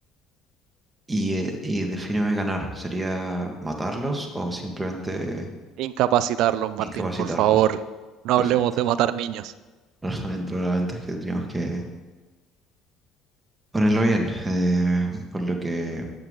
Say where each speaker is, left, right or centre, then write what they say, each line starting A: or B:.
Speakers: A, on the right; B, on the right.
A: Y, eh, y defíneme ganar. ¿Sería matarlos o simplemente
B: Incapacitarlos, Martín,
A: incapacitarlos?
B: por favor. No
A: Perfecto.
B: hablemos de matar niños.
A: <laughs> Dentro de la mente es que teníamos que, ponerlo bien, eh, por lo que